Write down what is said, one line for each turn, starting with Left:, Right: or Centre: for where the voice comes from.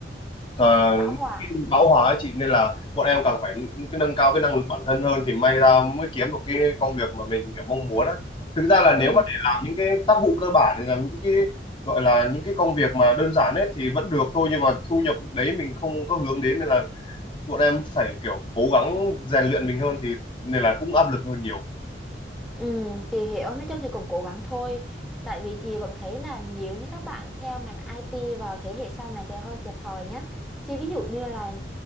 Left: thà-
Centre: Bảo Hòa
Left: bão hòa ấy chị nên là bọn em càng phải cái nâng cao cái năng lực bản thân hơn thì may ra mới kiếm được cái công việc mà mình kiểu mong muốn á thực ra là
Centre: ừ
Left: nếu mà để làm những cái tác vụ cơ bản thì làm những cái gọi là những cái công việc mà đơn giản ấy thì vẫn được thôi nhưng mà thu nhập đấy mình không có hướng đến nên là bọn em phải kiểu cố gắng rèn luyện mình hơn thì nên là cũng áp lực hơn nhiều
Centre: Ừ, chị hiểu nói chung thì cũng cố gắng thôi tại vì chị vẫn thấy là nếu như các bạn theo ngành IT vào thế hệ sau này thì hơi thiệt thòi nhá chứ ví dụ như là